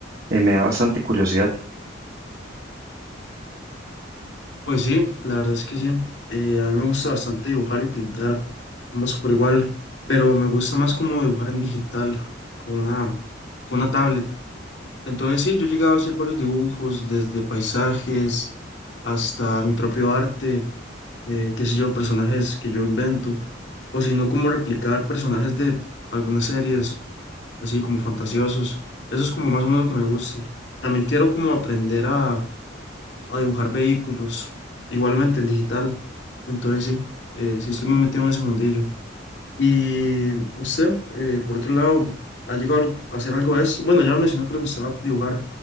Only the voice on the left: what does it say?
Pues sí, la verdad es que sí. Eh, a mí me gusta bastante dibujar y pintar, ambos por igual, pero me gusta más como dibujar en digital, con una, con una tablet. Entonces sí, yo he llegado a hacer varios dibujos, desde paisajes hasta mi propio arte, eh, qué sé yo, personajes que yo invento, o si no, como replicar personajes de algunas series así como fantasiosos. Eso es como más o menos lo que me gusta. También quiero como aprender a, a dibujar vehículos, igualmente en digital. Entonces sí, eh, sí estoy muy metido en ese mundillo. Y usted, eh, por otro lado, ¿ha llegado a hacer algo de esto? Bueno, ya me mencionó que le gustaba dibujar.